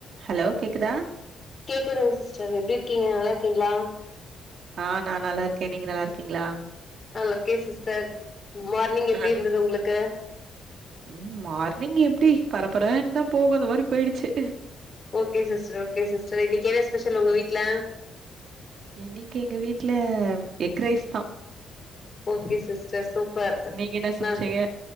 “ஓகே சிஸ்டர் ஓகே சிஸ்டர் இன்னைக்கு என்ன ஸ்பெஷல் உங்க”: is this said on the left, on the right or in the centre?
Left